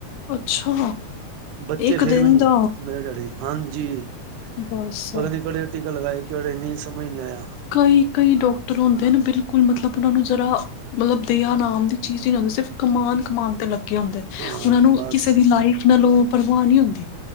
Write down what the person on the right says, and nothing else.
ਬੱਚੇ
ਫਿਰ
ਵੀ ਨੀ
ਮੇਰੇ ਡੈਡੀ ਹਾਂਜੀ।
ਪਤਾ ਨੀ ਕਿਹੜੇ ਟੀਕੇ ਲਗਾਏ ਆ ਕਿਹੜੇ ਨੀ ਸਮਝ ਨਹੀਂ ਆਇਆ।
ਹਾਂ
ਬਸ